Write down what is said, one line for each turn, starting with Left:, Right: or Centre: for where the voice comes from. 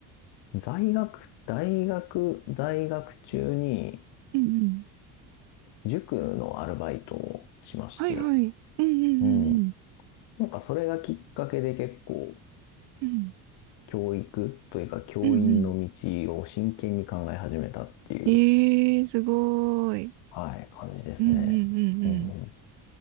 Left: 在学、大学在学中に、
Right: うんうん。
Left: 塾のアルバイトをしまして、
Right: はいはい。うんうんうんうん。
Left: うん。なんかそれがきっかけで結構
Right: うん
Left: 教育というか教員の道を真剣に考え始めたっていう、
Right: うんうん。えー、すごい。
Left: はい、感じですね。
Right: うんうんうんうん。
Left: うんうん。